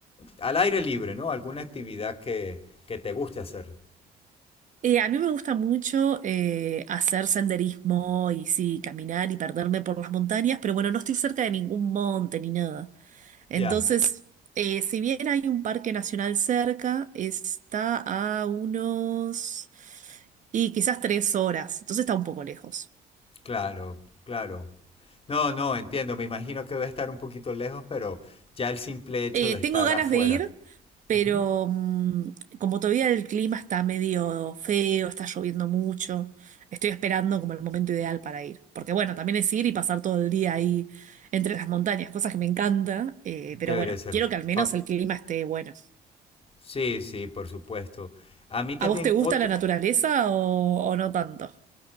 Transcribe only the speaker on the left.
al aire libre, ¿no? ¿Alguna actividad que, que te guste hacer?
Ya,
claro, claro. No, no, entiendo, me imagino que debe estar un poquito lejos, pero ya el simple hecho
de estar
afuera.
ujú,
Debería
ser
fa-
Sí, sí, por supuesto. A mí también,
ot-